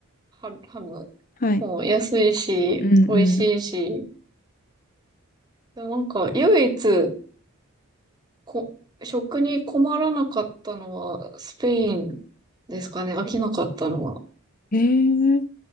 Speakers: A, on the right (about 20°); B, on the left (about 40°).
A: ハ、ハム
B: はい。
A: も安いし、
B: うんう
A: 美味しいし、なんか唯一こ、食に困らなかったのはスペインですかね、飽きなかったのは。
B: ん。へえ